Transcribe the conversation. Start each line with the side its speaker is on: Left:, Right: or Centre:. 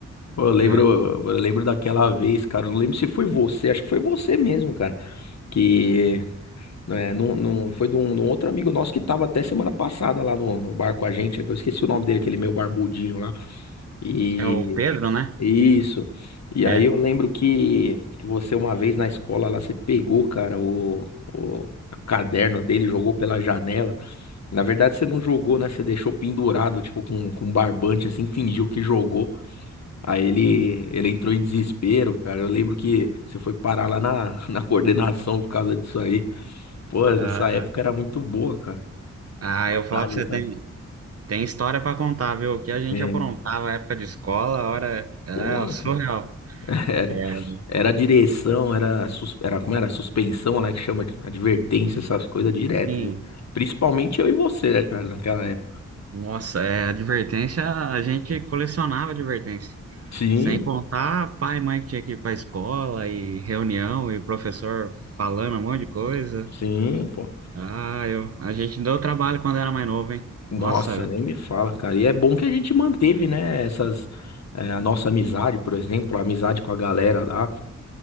Left: Pô, Eu lembro,
Right: É
Left: eu lembro daquela vez, cara. eu Não lembro se foi você, acho que foi você mesmo, cara. Que é, não, não, foi de um, de um outro amigo nosso que tava até semana passada lá no, no bar com a gente. que Eu esqueci o nome dele, aquele meio barbudinho lá. E
Right: é o Pedro, né?
Left: isso. E
Right: É.
Left: aí eu lembro que, que você, uma vez na escola lá, você pegou, cara, o, o caderno dele, jogou pela janela. Na verdade, você não jogou, né? Você deixou pendurado, tipo, com, com barbante, assim, fingiu que jogou. Aí ele, ele entrou em desespero, cara. Eu lembro que você foi parar lá na, <laughs> na coordenação por causa disso aí. Pô, essa
Right: Ah,
Left: época era muito boa, cara.
Right: ah,
Left: Saudades,
Right: eu vou falar pra você,
Left: né?
Right: tem, tem história pra contar, viu? O que a gente
Left: É.
Right: aprontava na época de escola, a hora era
Left: Porra,
Right: surreal.
Left: <laughs> era,
Right: É,
Left: era direção, era, sus- era, como era? Suspensão, né? Que chama de advertência, essas coisas direto.
Right: Sim.
Left: E Principalmente eu e você, né, cara, naquela época.
Right: Nossa, é, advertência, a gente colecionava advertência.
Left: Sim,
Right: Sem contar pai e mãe que tinha que ir para escola e reunião e professor falando um monte de coisa.
Left: sim, pô.
Right: Ah, eu, a gente deu trabalho quando era mais novo, hein?
Left: Nossa,
Right: Nossa,
Left: nem me fala, cara. E é bom que a gente manteve, né, essas, eh, a nossa amizade, por exemplo, a amizade com a galera lá.